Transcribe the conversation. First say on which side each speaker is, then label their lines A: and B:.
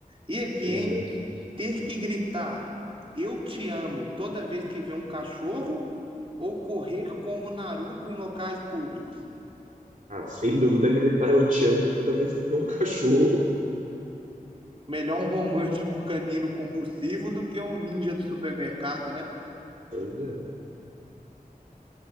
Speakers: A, on the right (about 35°); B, on the right (about 60°).
A: E aqui,
B: Pois
A: hein?
B: é.
A: Ter que gritar Eu te amo toda vez que vê um cachorro ou correr como Naruto em locais públicos?
B: Ah, sem dúvida gritar eu te amo toda vez que vê um cachorro.
A: Melhor um romântico canino compulsivo do que um ninja do supermercado, né?
B: Pois é.